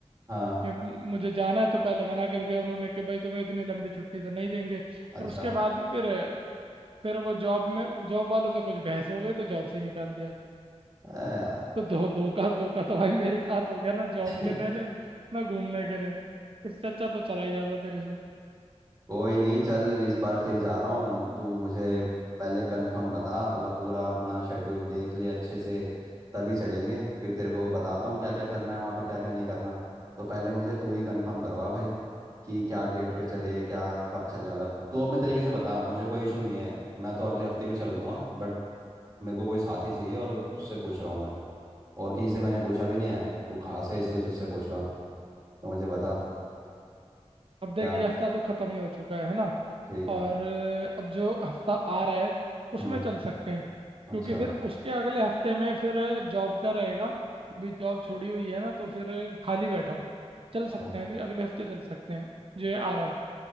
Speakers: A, on the right (about 30°); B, on the right (about 55°).
A: हाँ
B: कि मुझे जाना है तो पहले मना कर दिया उन्होंने कि भाई तुम्हें इतनी लंबी छुट्टी तो नहीं देंगे
A: अच्छा
B: और उसके बाद में फिर फिर वो जॉब में जॉब वालों से कुछ बहस हो गई तो जॉब से ही निकाल दिया
A: अरे यार
B: तो धो धोखा धोखा तो भाई मेरे साथ हो गया ना
A: <laughs>
B: जॉब के नहरे ना घूमने के रे इससे अच्छा तो चला ही जाता तेरे साथ
A: कोई नहीं चल इस बार फिर जा रहा हूँ तू मुझे पहले कंफर्म बता मतलब पूरा अपना शेड्यूल देख ले अच्छे से तभी चलेंगे फिर तेरे को बताता हूँ क्या क्या करना है वहाँ पे क्या क्या नहीं करना तो पहले मुझे तू ही कंफर्म करवा भाई कि क्या डेट पे चले क्या कब चले मतलब तू अपने तरीके से बता मुझे कोई इशू नहीं है मैं तो अगले हफ्ते भी चल दूंगा बट मेरे को कोई साथी चाहिए और तुझसे पूछ रहा हूँ मैं और किसी से मैंने पूछा भी नहीं है तू खास है इसलिए तुझसे पूछ रहा हूँ तो मुझे बता
B: अब देख
A: क्या
B: ये हफ्ता तो खत्म ही हो चुका है है ना
A: ठीक है
B: और अब जो हफ्ता आ रहा है उसमें
A: हम्म
B: चल सकते हैं क्योंकि
A: अच्छा
B: फिर उसके अगले हफ्ते में फिर जॉब का रहेगा अभी जॉब छोड़ी हुई है ना तो फिर खाली बैठा हूँ चल
A: ठीक
B: सकते हैं अभी अगले हफ्ते चल सकते हैं जो ये आ
A: है।
B: रहा है